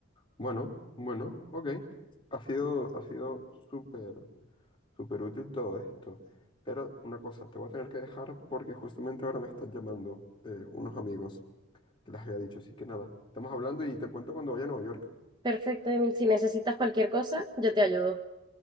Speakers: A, on the left; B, on the right.
A: Bueno, bueno, ok. Ha sido, ha sido súper, súper útil todo esto. Pero una cosa, te voy a tener que dejar porque justamente ahora me están llamando eh, unos amigos que les había dicho. Así que nada, estamos hablando y te cuento cuando vaya a Nueva York.
B: Perfecto, Emil. Si necesitas cualquier cosa, yo te ayudo.